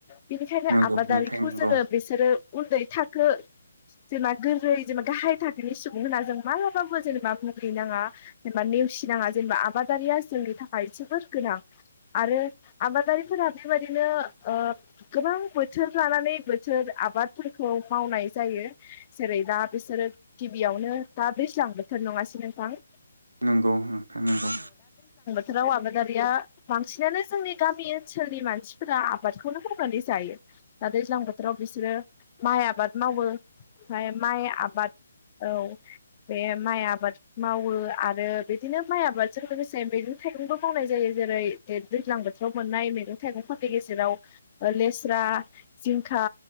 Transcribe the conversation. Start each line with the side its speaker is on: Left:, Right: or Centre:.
Left: बिनिखायनो
Right: नंगौ
Left: आबादारिखौ
Right: नोंथां नंगौ
Left: जोंङो बिसोरो उन्दै थार खो जेनबा गोरलै जेनबा गाहाय थाखोनि सुबुं होनना जों माबाबो जेनेबा मुगैनांङा जेनेबा नेवसिनांङा जेनेबा आबादारिया जोंनि थाखाय जोबोद गोनां, आरो आबादारिफोरा बेबायदिनो ओ गोबां बोथोर लानानै बोथोर आबादफोरखौ मावनाय जायो जेरै दा बिसोरो गिबियावनो दा दैज्लां बोथोर नंङासै नोंथां?
Right: नोंगौ नोंथां नोंगौ।
Left: राव आबादारिया बांसिनानो जोंनि गामि ओनसोलनि मानसिफोरा आबादखौनो मावनानै जायो दा दैज्लां बोथोराव बिसोरो माइ आबाद मावो। फाय माइ आबाद औ बे माइ आबाद मावो आरो बिदिनो माइ आबादजों लोगोसे मैगं थाइगंबो मावनाय जायो जेरै ए दैज्लां बो थोराव मोननाय मैगं थाइगंफोरनि गेजेराव ओ लेस्रा जिंखा